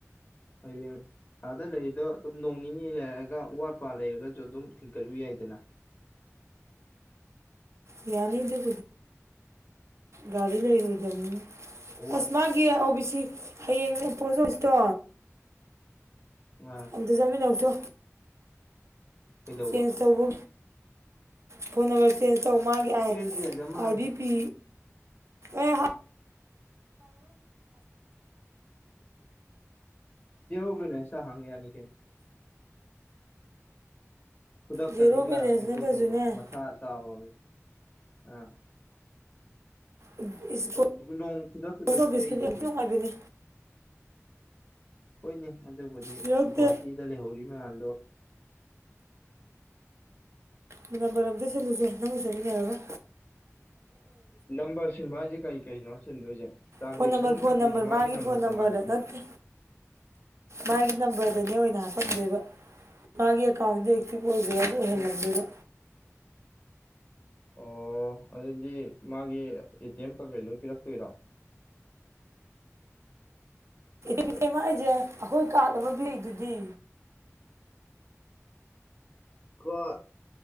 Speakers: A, on the left; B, on the right.
A: ꯍꯌꯦꯡ ꯑꯥꯗ ꯂꯩꯔꯤꯗꯣ ꯑꯗꯨꯝ ꯅꯣꯡ ꯅꯤꯅꯤ ꯂꯩꯔꯑꯒ ꯑꯋꯥꯠꯄ ꯂꯩꯔꯒꯁꯨ ꯑꯗꯨꯝ ꯊꯤꯟꯒꯠꯂꯨ ꯌꯥꯏꯗꯅ
B: ꯌꯥꯅꯤ ꯏꯗꯤ ꯒꯥꯔꯤ ꯂꯩꯔ ꯑꯗꯨꯝ
A: ꯋꯥꯠ
B: ꯑꯁꯃꯒꯤ ꯌꯦ ꯑꯣꯕꯤ ꯁꯤ ꯍꯌꯦꯡꯅꯦ ꯄꯣꯠꯆꯣꯏꯁꯤꯇꯣ
A: ꯑ
B: ꯑꯗꯖꯃꯤꯅꯎꯊꯣ
A: ꯀꯩꯗꯧꯕ
B: ꯆꯦꯟꯖ ꯇꯧꯕ ꯐꯣꯟ ꯅꯝꯕꯔ ꯆ ꯆꯥꯝꯃꯉꯥꯒꯤ ꯑꯥꯏ
A: ꯁꯤ ꯑꯦꯁ ꯕꯤ ꯑꯥꯏꯗ ꯑꯃ
B: ꯑꯥꯏ
A: ꯍꯥꯡ
B: ꯕꯤ ꯄꯤ ꯑꯦꯍ
A: ꯍꯦꯔꯣ ꯕꯦꯂꯥꯟꯁ ꯇꯥ ꯍꯥꯡꯕꯌꯥꯅꯤ ꯀꯩꯅꯣ ꯈꯨꯗꯛꯇ
B: ꯖꯦꯔꯣ
A: ꯑꯗꯨꯝ
B: ꯕꯦꯂꯦꯟꯁ
A: ꯌꯥꯔꯛꯇꯣꯏ
B: ꯅꯠꯇ꯭ꯔꯁꯨꯅꯦ
A: ꯄꯣꯠꯇꯨꯕꯣ ꯃꯁꯥ ꯆꯥꯎꯔ ꯑꯥ
B: ꯎꯝ
A: ꯅꯣꯡ ꯈꯨꯗꯛꯇ ꯑꯗꯨꯝ ꯄꯤꯔꯛꯏꯗꯨꯗꯤ
B: ꯜ ꯕꯤꯁꯀꯤꯦꯠ ꯑꯝꯇ ꯅꯨꯡꯉꯥꯏꯒꯅꯤ
A: ꯍꯣꯏꯅꯦ ꯑꯗꯨꯕꯨꯗꯤ
B: ꯄꯤꯔꯛꯇꯦ
A: ꯒꯣꯍꯥꯇꯤꯗ ꯂꯩꯍꯧꯔꯤꯕ ꯃꯌꯥꯝꯗꯣ
B: ꯃꯤ ꯅꯝꯕꯔ ꯁꯤꯜꯂꯨꯁꯦ ꯅꯪ ꯆꯠꯃꯤꯟꯅꯔꯒꯥ
A: ꯅꯝꯕꯔ ꯁꯤꯟꯚ ꯍꯥꯏꯁꯦ ꯀꯩ ꯀꯩꯅꯣ ꯁꯤꯟꯗꯣꯏꯁꯦ ꯇ꯭ꯔꯥꯟꯖꯦꯛꯁꯟꯒ
B: ꯐꯣꯟ ꯅꯝꯕꯔ ꯐꯣꯟ
A: ꯀꯩꯒꯤ
B: ꯅꯝꯕꯔ ꯃꯥꯒꯤ
A: ꯅꯝꯕꯔ
B: ꯐꯣꯟ ꯅꯝꯕꯔꯗ
A: ꯇꯣꯉꯥꯟꯅ ꯁꯤꯟꯗꯣꯏ
B: ꯅꯠꯇꯦ ꯃꯥꯒꯤ ꯅꯝꯕꯔ ꯗꯨꯗꯩꯩ ꯑꯣꯏꯅ ꯍꯥꯞꯄꯝꯗꯣꯏꯕ ꯃꯥꯒꯤ ꯑꯦꯀꯥꯎꯟꯗꯩ ꯁꯤꯕꯨ ꯑꯣꯏꯗꯤꯅꯦ ꯑꯗꯨꯝ ꯑꯣꯏꯍꯜ
A: ꯑꯣ
B: ꯂꯝꯗꯦꯕꯥ
A: ꯑꯣ ꯑꯗꯨꯗꯤ ꯃꯥꯒꯤ ꯑꯦꯇꯤꯑꯦꯝ ꯀꯪꯒꯔꯦ ꯂꯣꯏ ꯄꯤꯔꯛꯇꯣꯏꯔꯣ
B: ꯕꯤ ꯑꯦꯝ ꯑꯥꯔ ꯑꯏꯖꯤꯌꯥꯏ ꯑꯩꯈꯣꯏ ꯀꯥꯔꯠ ꯂꯩꯗꯨꯗꯤ
A: ꯀ